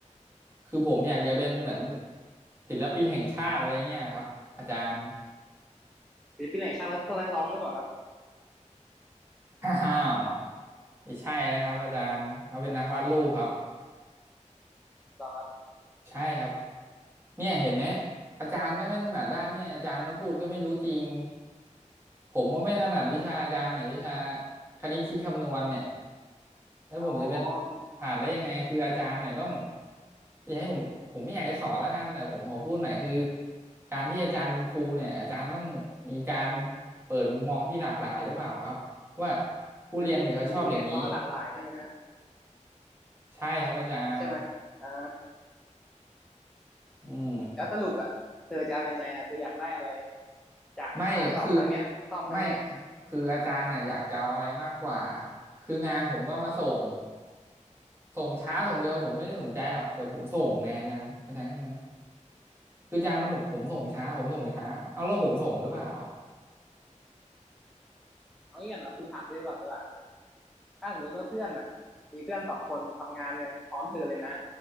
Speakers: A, on the right (about 20°); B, in the centre.
A: คือผมอยากจะเป็นเหมือนศิลปินแห่งชาติอะไรเงี้ยครับอาจารย์
B: ศิลปินแห่งชาติครับพวกนักร้องหรือเปล่าครับ
A: <coughs> อ้าวไม่ใช่นะครับอาจารย์เขาเป็นนักวาดรูปครับ
B: หรอครับ
A: ใช่ครับเนี่ยเห็นไหมอาจารย์ก็ไม่ถนัดด้านเนี่ยอาจารย์นะพูดก็ไม่รู้จริงผมก็ไม่ถนัดวิชาอาจารย์เนี่ยวิชาคณิตคิดคำนวณเนี่ยแล้วผมจะไป
B: อ๋อคือ
A: ผ่านได้ยังไงคืออาจารย์เนี่ยต้องอย่าให้ผมผมไม่อยากจะสอนแล้วกันแต่ผมขอพูดหน่อยคือการที่อาจารย์เป็นครูเนี่ยอาจารย์ต้องมีการ
B: อืม
A: เปิดมุมมองที่หลากหลายหรือเปล่าครับว่าผู้เรียนเนี่ยเขาชอบอย่างนี้
B: คือผู้คือผู้เรียนเขาก็หลากหลายใช่ไหมฮะ
A: ใช่ครับอาจารย์
B: ใช่ไหม อ่า
A: อืม
B: แล้วสรุปอ่ะเธอจะเอายังไงอ่ะเธออยากได้อะไร จากการตอบครั้งเนี้ยซ่อมครั้งเนี้ย
A: ไม่คือไม่คืออาจารย์น่ะอยากจะเอาอะไรมากกว่าคืองานผมก็มาส่งส่งช้าส่งเร็วผมไม่ได้สนใจหรอกแต่ผมส่งไงอาจารย์อาจารย์เข้าใจไหมคืออาจารย์บอกผมส่งช้าผมส่งช้าเอาแล้วผมส่งหรือเปล่า
B: เอางี้ก่อนนะคุณถามเธอก่อนดีกว่า ถ้าสมมติว่าเพื่อนอ่ะมีเพื่อนสองคนทำงานกันพร้อมเธอเลยนะ